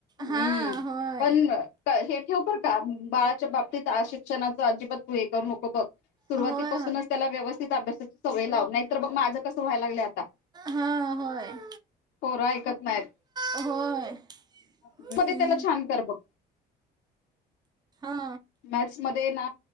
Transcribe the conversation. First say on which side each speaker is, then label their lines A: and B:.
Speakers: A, on the right (about 25°); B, on the left (about 85°).
A: हा
B: हम.
A: होय.
B: पण हे ठेव बर का. बाळाच्या बाबतीत आ शिक्षणाचं अजिबात तू हे करू नको बघ. सुरुवातीपासूनच
A: होय
B: त्याला व्यवस्थित अभ्यासाची सवय लाव. नाहीतर बग, माझं कसं व्हाय लागलंय आता.
A: हा, होय.
B: पोरं ऐकत नायत.
A: <inaudible> होय.
B: <unintelligible>
A: हम्म
B: त्याला छान कर बघ.
A: हा
B: मॅथ्स मध्ये ना